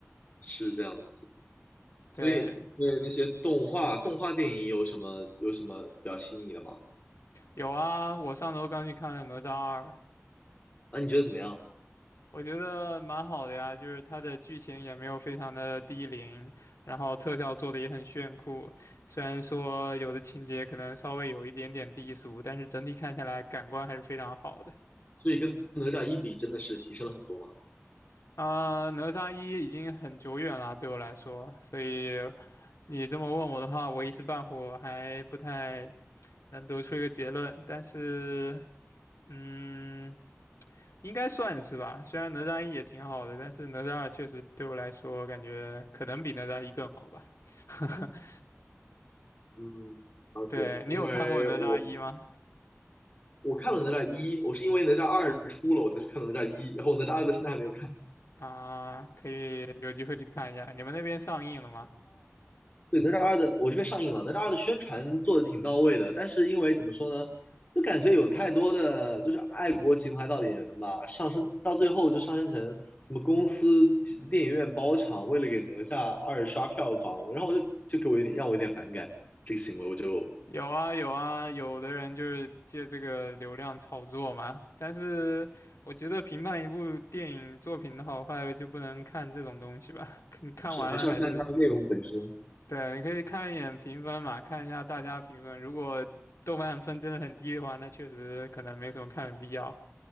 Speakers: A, on the left; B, on the left.
A: 是这样子。所以对那些动画动画电影有什么有什么比较吸引你的吗？
B: 对，有啊，我上周刚去看了《哪吒二》，
A: 那你觉得怎么样？
B: 我觉得蛮好的呀，就是它的剧情也没有非常的低龄，然后特效做的也很炫酷。虽然说有的情节可能稍微有一点点低俗，但是整体看下来感官还是非常好的。
A: 所以跟哪吒一比，真的是提升了很多嘛。
B: 啊、哪吒一已经很久远了，对我来说，所以你这么问我的话，我一时半会儿还不太能得出一个结论。但是，嗯。应该算是吧。虽然哪吒一也挺好的，但是哪吒二确实对我来说感觉可能比哪吒一更好吧。<laughs>
A: 嗯，了解。
B: 对，你有看过哪吒一吗？
A: 因为我我看了哪吒一，我是因为哪吒二出了我才去看了哪吒一，然后哪吒二的现在还没有看。
B: 啊，可以有机会去看一下。你们那边上映了吗？
A: 对，哪吒二的我这边上映了，哪吒二的宣传做的挺到位的，但是因为怎么说呢，就感觉有太多的就是爱国情怀到里面吧，上升到最后就上升成什么公司电影院包场，为了给哪吒二刷票房，然后我就就给我有点让我有点反感这个行为，我就
B: 有啊有啊，有的人就是借这个流量炒作嘛。但是我觉得评判一部电影作品的好坏就不能看这种东西吧，<laughs> 你看完了还是
A: 是还是要看它的内容本身。
B: 对，你可以看一眼评分嘛，看一下大家评分。如果豆瓣分真的很低的话，那确实可能没什么看的必要。